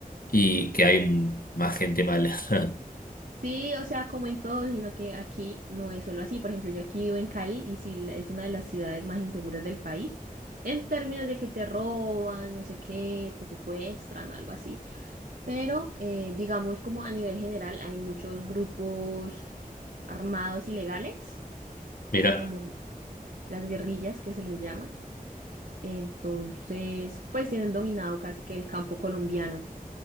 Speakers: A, on the left (about 70°); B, on the right (about 80°).
A: y que hay más gente mala. <laughs>
B: Sí, o sea, como en todo, sino que aquí no es solo así. Por ejemplo, yo aquí vivo en Cali y sí la- es una de las ciudades más inseguras del país. En términos de que te roban, no sé qué, te secuestran, algo así. Pero eh, digamos como a nivel general hay muchos grupos armados ilegales,
A: Mira,
B: como las guerrillas que se les llama. Entonces, pues tienen dominado casi que el campo colombiano.